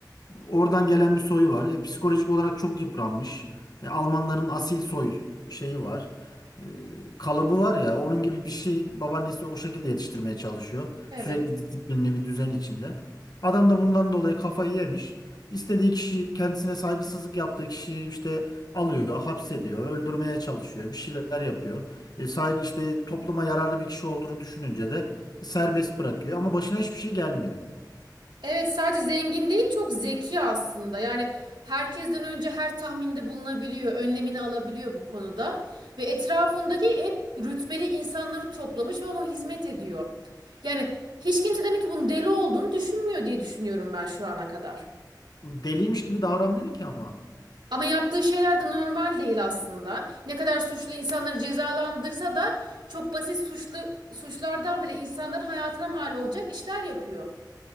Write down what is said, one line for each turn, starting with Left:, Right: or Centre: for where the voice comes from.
Left: Oradan gelen bir soyu var. E, psikolojik olarak çok yıpranmış. E, Almanların asil soy şeyi var. E, kalıbı var ya onun gibi bir şey babaannesi o şekilde yetiştirmeye çalışıyor.
Right: Evet.
Left: Sürekli disiplinli bir düzen içinde. Adam da bundan dolayı kafayı yemiş. İstediği kişi kendisine saygısızlık yaptığı kişiyi işte alıyor, hapsediyor, öldürmeye çalışıyor, bir şeyler yapıyor. E, saygı işte topluma yararlı bir kişi olduğunu düşününce de serbest bırakıyor ama başına hiçbir şey gelmiyor.
Right: Evet, sadece zengin değil, çok zeki aslında. Yani herkesten önce her tahminde bulunabiliyor, önlemini alabiliyor bu konuda. Ve etrafındaki hep rütbeli insanları toplamış ve ona hizmet ediyor. Yani hiç kimse demek ki bunun deli olduğunu düşünmüyor diye düşünüyorum ben şu ana kadar.
Left: Deliymiş gibi davranmıyor ki ama.
Right: Ama yaptığı şeyler de normal değil aslında. Ne kadar suçlu insanları cezalandırsa da çok basit suçlu suçlardan bile insanların hayatına mal olacak işler yapıyor.